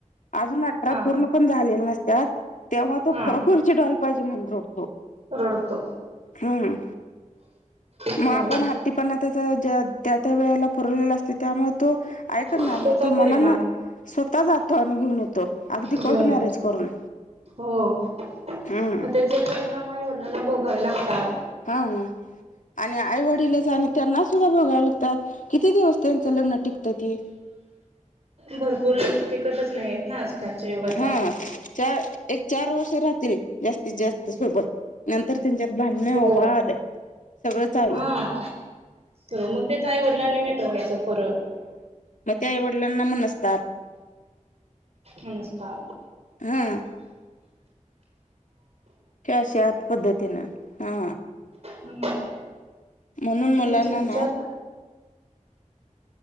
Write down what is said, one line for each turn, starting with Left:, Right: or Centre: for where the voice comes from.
Left: अजून अठरा
Right: हा
Left: पूर्ण पण झालेल्या नसत्यात तेव्हा तो
Right: हा
Left: खरोखरची डॉल पाहिजे म्हणून रोडतो
Right: रडतो
Left: हम मग
Right: हो
Left: आपण हट्टीपणा त्याचा त्या त्या वेळेला पुरवलेला असतो त्यामुळे तो काय करणार
Right: त्याचा
Left: नाही तो मला
Right: परिणाम
Left: ना स्वतः जातो आणि घेऊन येतो अगदी
Right: घेऊन
Left: कोर्ट
Right: येतो
Left: मॅरेज करून
Right: हो मग
Left: हम्म
Right: त्याचे परिणाम आईवडलांना भोगावे लागतात
Left: हा आणि आई वडीलच आणि त्यांना सुद्धा बोघावे लागतात किती दिवस त्यांचं लग्न टिकतं ते
Right: भरपूर टिकतच नाही आहेत ना आजकालच्या युगात्या
Left: हा चार एक चार वर्ष राहतील जास्त त जास्त सोबत नंतर त्यांच्यात भानण
Right: हो
Left: वाद सगळं चालू
Right: हा तर मग तेच आईवडलां आणि मिेट मायचं परत
Left: म ते आईवडिलांना मनस्ताप.
Right: मनस्ता
Left: हं! कॅश यात पद्धतीन हा.
Right: हूं!
Left: म्हणून मुलांना
Right: तुमचे विचार
Left: ना